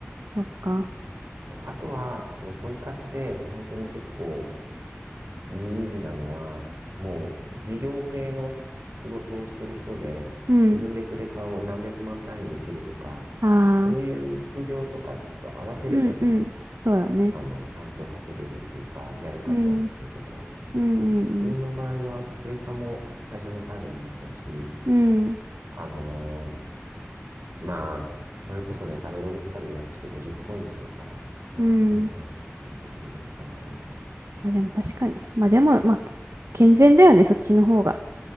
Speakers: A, on the right; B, on the right.
A: そっか。
B: あとは、そのポイ活で本当に結構、有意義なのは、もう事業系の仕事をしてる人で、
A: うん。
B: 自分でクレカを何百万単位で切るとか、
A: ああ。
B: そういう副業とかと合わせればね、
A: うんうん。そうだね。
B: あの、ちゃんと稼げるっていうか、やる価値あるけど、
A: うん。うんうん
B: 自分の場合はクレカも会社のカードになっちゃうし、
A: うん。うん。
B: あのーまあ、それこそね、食べログとかで予約して50ポイントだから、もらってももらわなくてもどっちでもいいかな、
A: うん。
B: みたいな。
A: まあでも確かに。まあでも、まあ、健全だよね、そっちの方が。